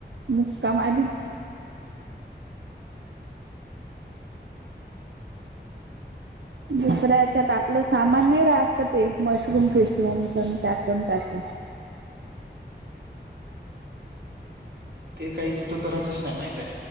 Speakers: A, on the right; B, on the right.
A: मुक्कामारी दुसऱ्याच्यात आपलं सामान नाही राहत का ते मशरूम फिशरूमचण त्याचण त्याच
B: ते काही तिथं करायचच नाही माहित आहे